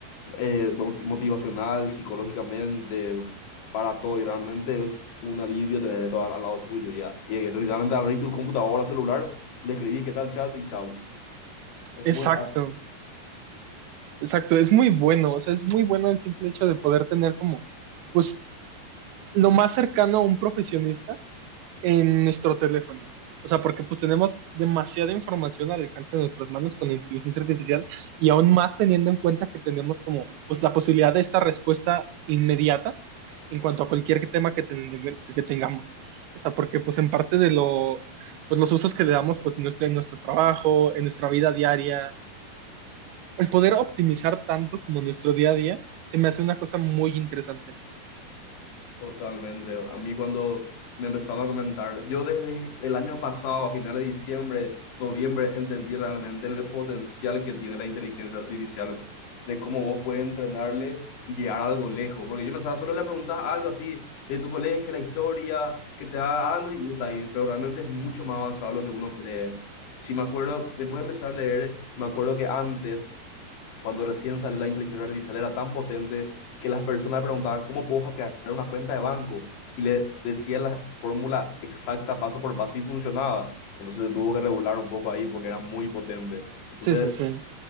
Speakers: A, on the left; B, on the right.
A: eh, mot- motivacional, psicológicamente, para todo. Y realmente es un alivio tener esto al, al lado tuyo. Ya. Y literalmente abrir tu computadora, celular, le escribís qué tal chat y chau. Es
B: exacto.
A: muy rápido.
B: Exacto, es muy bueno, o sea, es muy bueno el simple hecho de poder tener como, pues, lo más cercano a un profesionista en nuestro teléfono. O sea, porque pues tenemos demasiada información al alcance de nuestras manos con la inteligencia artificial y aún más teniendo en cuenta que tenemos como, pues, la posibilidad de esta respuesta inmediata en cuanto a cualquier tema que, ten- que tengamos. O sea, porque pues en parte de lo, pues los usos que le damos pues en nuestro, en nuestro trabajo, en nuestra vida diaria, el poder optimizar tanto como nuestro día a día se me hace una cosa muy interesante.
A: Totalmente. A mí cuando me empezaron a comentar, yo desde el año pasado, a finales de diciembre, noviembre, entendí realmente el potencial que tiene la inteligencia artificial, de cómo vos puedes entrenarle y llegar a algo lejos. Porque yo pensaba, solo le preguntas algo así de tu colegio, la historia, que te da algo y está ahí. Pero realmente es mucho más avanzado lo que uno cree. Si me acuerdo, después de empezar a leer, me acuerdo que antes cuando recién salió la inteligencia artificial era tan potente que las personas preguntaban cómo puedo hackear una cuenta de banco y le decía la fórmula exacta paso por paso y funcionaba. Entonces se tuvo que regular un poco ahí porque era muy potente. Entonces,
B: Sí, sí, sí.